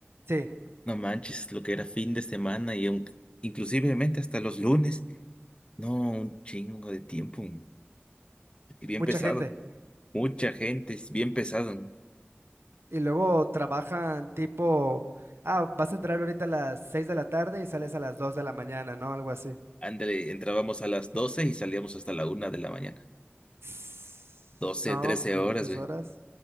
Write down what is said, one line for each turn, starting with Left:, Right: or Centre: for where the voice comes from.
Right: Sí,
Left: No manches, lo que era fin de semana y un, inclusivemente hasta los lunes. No, un chingo de tiempo. Y bien
Right: mucha
Left: pesado.
Right: gente.
Left: Mucha gente, es bien pesado. ¿no?
Right: Y luego trabajan tipo, ah, vas a entrar ahorita a las 6 de la tarde y sales a las 2 de la mañana, ¿no? Algo así.
Left: Ándale, entrábamos a las 12 y salíamos hasta la una de la mañana.
Right: Sss,
Left: doce
Right: No,
Left: trece
Right: pues
Left: horas,
Right: y muchas
Left: güey.
Right: horas.